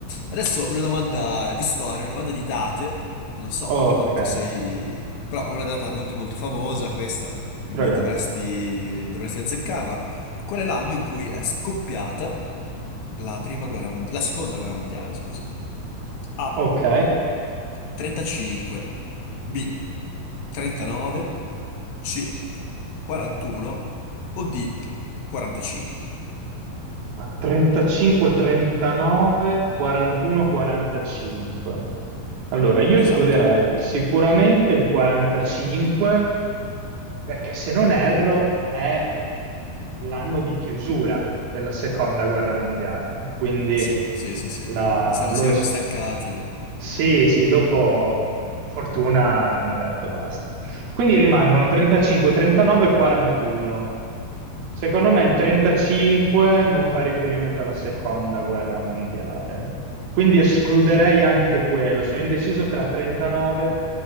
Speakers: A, on the left; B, on the right.
A: Adesso una domanda di storia, una domanda di date, che non so
B: Ok,
A: quanto
B: Eh,
A: sei... però una data molto molto famosa questa, quindi
B: proviamo.
A: dovresti, dovresti azzeccarla. Qual è l'anno in cui è scoppiata la prima guerra mondiale, la seconda guerra mondiale, scusami? A.
B: Ok,
A: 35, B, 39, C, 41 o D, 45.
B: 35-39, 41-45. Allora, io escluderei
A: Esatto.
B: sicuramente il 45 perché se non erro è l'anno di chiusura della seconda guerra mondiale, quindi
A: Sì, sì, sì, sì.
B: la-
A: Sì, se non
B: lo
A: si erano
B: es-
A: stancati. eh.
B: sì, sì, dopo per fortuna hanno detto basta. Quindi rimangono 35, 39, 41. Secondo me il 35 non fa riferimento alla seconda guerra mondiale, quindi escluderei anche quello. Sono indeciso tra 39